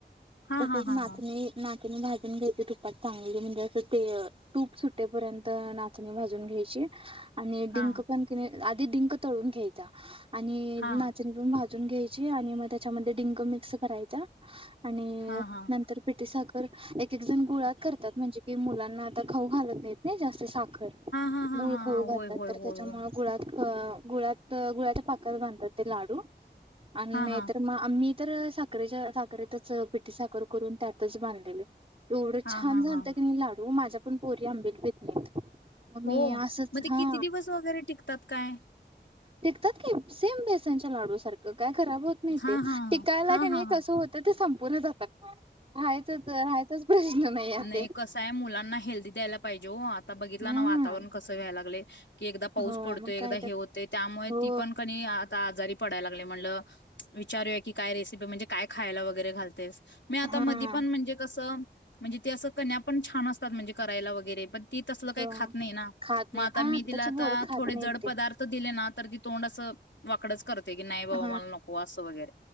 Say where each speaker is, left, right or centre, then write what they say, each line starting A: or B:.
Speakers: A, on the left; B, on the right.
A: हा
B: तसच
A: हा हा
B: नाचणी
A: हा
B: ना भाजून घ्यायच तुपात चांगल म्हणजे अस ते तूप सुट्टेपर्यंत नाचणी भाजून घ्यायची. आणि
A: हा
B: डिंक पण कनी डिंक तळून घ्यायचा. आणि
A: हा
B: नाचणी पण भाजून घ्यायची. आणि मग त्याच्यामध्ये डिंक मिक्स करायच आणि
A: हा हा हा
B: नंतर पिटी साखर एक एकजण गुळात करतात म्हणजे कि मुला ना आता खाऊ घालत नाहीत नाही जास्त साखर
A: हा हा
B: गुळ
A: हा
B: खाऊ
A: हा
B: घातात
A: होय होय
B: तर
A: होय
B: त्याच्यामुळे
A: होय
B: गुळात अ गुळात गुळाच्या पाकत बांधतात ते लाडू आणि
A: हा
B: नाहीतर
A: हा
B: मग आम्ही तर साखरेच्या साखरेतच पिठी साखर करून त्यातच बांधलेले. एवढं
A: हा
B: छान
A: हा
B: झालतं
A: हा
B: की नाय लाडू माझ्या पण पोरी आंबिल पित नाहीत. मग मी
A: हो
B: असंच
A: मग ते
B: हा
A: किती दिवस वगैरे टिकतात काय?
B: टिकतात की सेम बेसनच्या लाडू सारखं. काय खराब होत नाही
A: हा
B: ते
A: हा हा
B: टिकायला
A: हा
B: का नाही
A: हा
B: कस
A: हा
B: होतं ते पुणे जातात राहायच राहायचाच प्रश्न नाही.
A: नाही
B: ते
A: कसं आहे मुलांना हेल्दी द्यायला पाहिजे हो आता बघितला
B: हम्म
A: ना वातावरण कसं व्हायला लागले की एकदा पाऊस
B: होय
A: पडतोय
B: मग काय
A: एकदा
B: तर
A: हे होते त्यामुळे
B: हो
A: ती पण क आता आजारी पडाय लागली म्हणलं विचारूया की काय रेसिपी म्हणजे. काय खायला वगैरे घालतेस. मी आता
B: हा
A: मदीपण म्हणजे कसं म्हणजे ते असं कन्या पण छान असतात म्हणजे करायला वगैरे पण ती तसल काही
B: हो
A: खात नाही ना
B: खात नाही
A: मग आता
B: आ
A: मी
B: आत्ताचे
A: तिला आता
B: बोर खात
A: थोडे
B: नाही
A: जड
B: ते
A: पदार्थ दिले ना तर ती तोंड अस वाकडच करते की नाही बाबा
B: हा
A: मला नको अस वगैरे